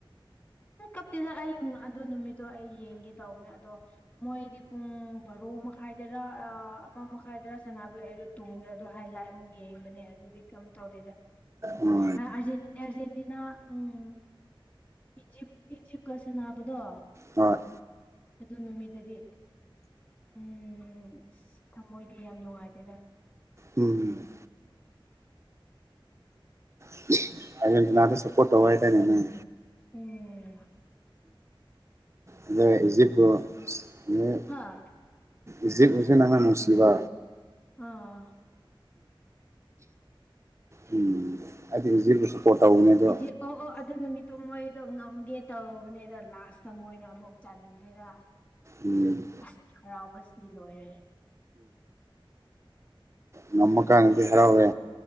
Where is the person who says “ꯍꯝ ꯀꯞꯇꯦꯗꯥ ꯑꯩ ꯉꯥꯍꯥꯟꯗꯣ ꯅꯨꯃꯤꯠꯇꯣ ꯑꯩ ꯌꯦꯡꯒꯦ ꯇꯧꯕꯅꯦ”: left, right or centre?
Left